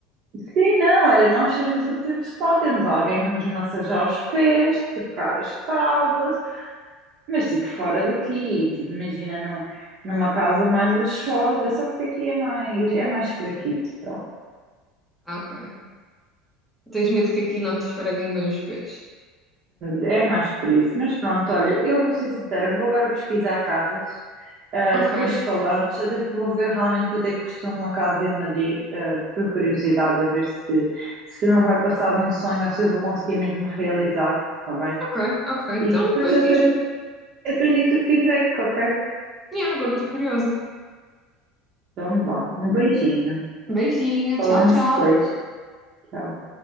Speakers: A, on the right; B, in the centre.
A: Sim, não, era nós sermos atentos de lá, termos alguém para nos massajar os pés, trocar as fraldas, mas tipo fora daqui, tipo, imagina num- numa casa mais luxuosa, é só porque aqui é mais, é mais fraquito, pronto,
B: Ah, ok. Tens medo que aqui não te esfreguem bem os pés.
A: é mais por isso. Mas pronto, olha, eu vou ser sincera, vou agora pesquisar casas, ah,
B: Ok,
A: depois falamos, até porque vou ver realmente quanto é que custa uma casa em Madrid, ah, por curiosidade, a ver se, se não vai passar de um sonho ou se eu vou conseguir mesmo realizar, está bem?
B: ok, ok. Então,
A: E depois
B: depois
A: eu até
B: diz-me.
A: Eu depois digo-te o feedback, ok?
B: E agora estou curiosa.
A: Então vá, um beijinho.
B: Beijinho,
A: Falamos
B: tchau, tchau.
A: depois. Tchau.